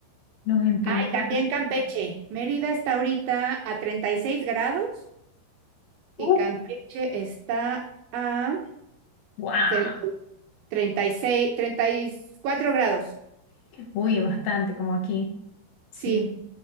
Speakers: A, on the left; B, on the right.
A: Los entiendo
B: Ay,
A: perfectamente.
B: también Campeche. Mérida está ahorita a 36 grados y
A: Uf,
B: Campeche está a
A: wow.
B: tre- treinta y seis, treinta y cuatro grados.
A: Uy, bastante, como aquí. Sí.
B: Sí.